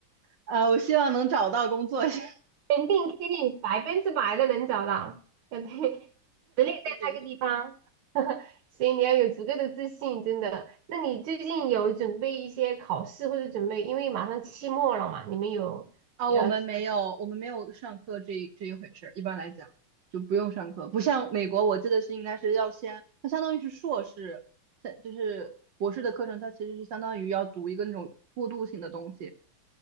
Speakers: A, on the right (about 60°); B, on the right (about 75°).
A: 呃，我希望能找到工作。<laughs> 谢
B: 肯定肯定百分之百的能找到，要对 <laughs> 实力在那个地方，
A: 谢谢谢。
B: <laughs> 所以你要有足够的自信，真的。那你最近有准备一些考试或者准备，因为马上期末了嘛，你们有呃
A: 啊，我们没有，我们没有上课这一这一回事儿。一般来讲，就不用上课，不像美国，我记得是应该是要先，它相当于是硕士，在就是博士的课程，它其实是相当于要读一个那种过渡性的东西。